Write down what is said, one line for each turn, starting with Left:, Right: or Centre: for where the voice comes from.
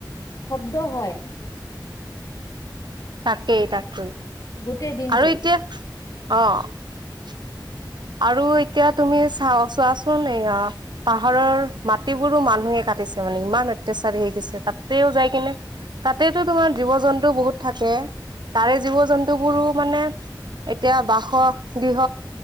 Left: শব্দ হয়।
Right: তাকেই, তাকেই।
Left: গোটেই দিনটো
Right: আৰু এতিয়া আহ। আৰু এতিয়া তুমি চা চোৱাচোন এইয়া পাহাৰৰ মাটিবোৰো মানুহে কাটিছে মানে ইমান অত্যাচাৰী হৈ গৈছে তাতেও যাই কিনে তাতেতো তোমাৰ জীৱ জন্তু বহুত থাকে তাৰে জীৱ জন্তুবোৰো মানে এতিয়া বাস গৃহ